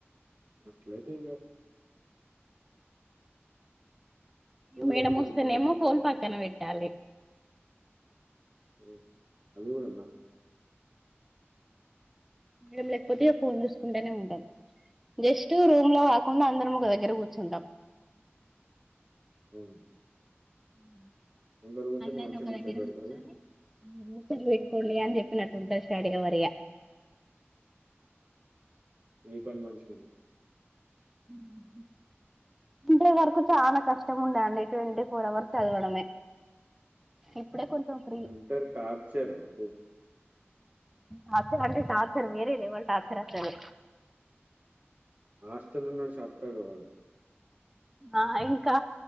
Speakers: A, on the right (about 35°); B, in the centre.
A: అట్లయితే ఇంగ ఫోన్
B: మేడం
A: లేకపోతే
B: వస్తేనేమో
A: ఇబ్బంది అవుతుంది
B: ఫోన్
A: కదా
B: పక్కన పెట్టాలి
A: ఉ అది కూడా ఉందా
B: ఉ లేకపోతే ఫోన్ చూసుకుంటేనే ఉంటాం జస్ట్ రూమ్ లో కాకుండా అందరం ఒక దగ్గర కూర్చుంటాం
A: అవును
B: ఉ
A: అందరు కూర్చొని
B: అందరినీ
A: మంచిగా
B: ఒక
A: ముచ్చట్లు
B: దగ్గర
A: పెడతారు
B: కూర్చొని
A: కదా.
B: ముచ్చట్లు పెట్టుకోండి ఇగ అని చెప్పినట్టు ఉంటది స్టడీ ఆవర్ ఇగ
A: మీ పని మంచిగుంది
B: ఉహు ఇంత వరకు చాలా కష్టం ఉండండి ట్వంటీ ఫోర్ అవర్స్ చదవడమే
A: <inaudible>
B: ఇప్పుడే కొంచెం ఫ్రీ
A: ఇంటర్ టార్చర్ అబ్బో
B: టార్చర్ అంటే టార్చర్ వేరే లేవల్ టార్చర్ అసలు
A: హాస్టల్ లో ఉన్నోడు సత్తాడు వాడు
B: ఆ ఇంకా